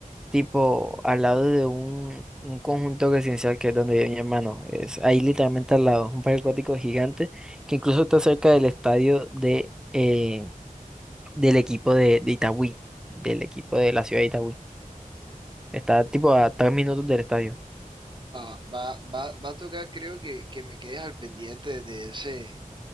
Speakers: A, in the centre; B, on the right.
A: tipo al lado de un, un conjunto residencial que es donde vive mi hermano. Es ahí literalmente al lado. Un parque acuático gigante que incluso está cerca del estadio de, eh, del equipo de, de Itagüí. Del equipo de la ciudad de Itagüí. Está tipo a tres minutos del estadio.
B: Ah, va, va, va a tocar, creo que, que me quedes al pendiente de ese